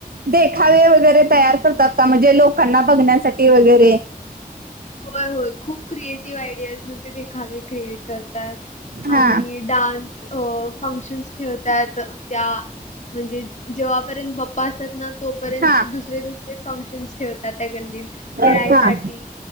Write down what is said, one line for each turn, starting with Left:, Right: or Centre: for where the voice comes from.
Right: देखावे वगैरे तयार करतात का म्हणजे लोकांना बघण्यासाठी वगैरे
Left: होय होय, खूप क्रिएटिव्ह आयडियाज ना ते देखावे क्रिएट करतात.
Right: हा
Left: आणि डान्स अ फंक्शन्स ठेवत्यात त्या. म्हणजे जेव्हापर्यंत बाप्पा असतात ना तोपर्यंत
Right: हा
Left: दुसरे, दुसरे फंक्शन्स ठेवतात त्या गल्लीत खेळायसाठी
Right: हा हा